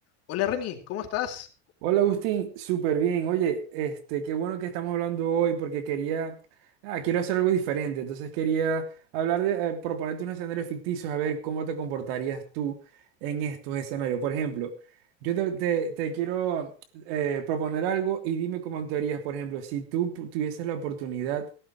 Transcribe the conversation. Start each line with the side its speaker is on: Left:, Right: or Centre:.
Left: Hola Reni, ¿cómo estás?
Right: Hola Agustín, súper bien. Oye, este, qué bueno que estamos hablando hoy porque quería, ah, quiero hacer algo diferente. Entonces quería hablar de, eh, proponerte unos escenarios ficticios a ver cómo te comportarías tú en estos escenarios. Por ejemplo, yo te, te- te quiero eh, proponer algo y dime cómo actuarías. Por ejemplo, si tú pu- tuvieses la oportunidad